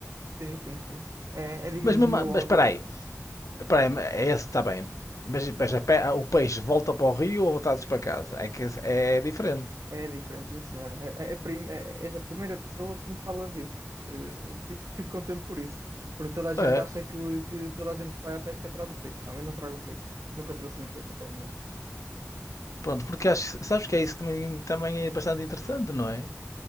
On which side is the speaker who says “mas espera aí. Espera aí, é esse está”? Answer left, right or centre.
Left